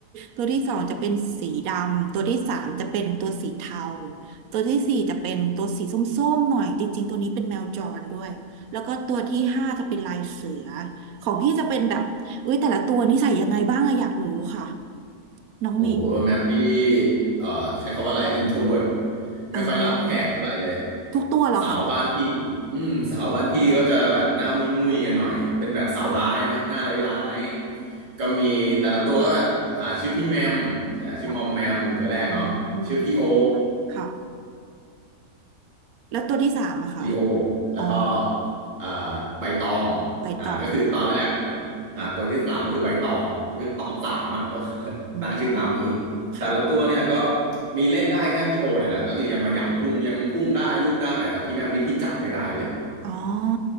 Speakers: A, on the right; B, on the right.
A: ตัวที่สองจะเป็นสีดำตัวที่สามจะเป็นตัวสีเทาตัวที่สี่จะเป็นตัวสีส้มๆหน่อยจริงๆตัวนี้เป็นแมวจรด้วยแล้วก็ตัวที่ห้าจะเป็นลายเสือของพี่จะเป็นแบบเอ้ยแต่ละตัวนิสัยยังไงบ้างอะอยากรู้ค่ะน้องเมย์
B: โอ้แมวพี่เอ่อใช้คำว่าอะไร introvert ไม่ค่อยรับแขกเท่าไหร่เลย
A: อ่าทุกตัวเหรอคะ
B: สาวบ้านพี่อืมสาวบ้านพี่ก็จะแบบหน้ามุยมุยกันหน่อยเป็นแบบสาวร้ายเนาะหน้าร้ายๆก็มีแต่ละตัวก็แบบอ่าชื่อพี่แมมอ่าชื่อมอมแมมตัวแรกเนาะชื่อพี่โอ
A: ค่ะอืมค่ะแล้วตัวที่สามอะคะ
B: ลิโอแล้วก็
A: อ๋อ
B: เอ่าใบตอง
A: ใบตอง
B: อ่าก็คือตอนแรกอ่าตัวที่สามก็คือใบตองก็คือตองสามอ่ะก็
A: ค่ะ
B: <laughs>
A: อืม
B: ตั้งชื่อตามนี้
A: ค่ะ
B: แต่ละตัวเนี่ยก็มีเล่นได้แค่พี่โอเนี่ยแหละก็คือยังมาหยำพุงยังอุ้มได้รูปได้แต่พี่แมมนี่พี่จับไม่ได้เลย
A: อ๋อ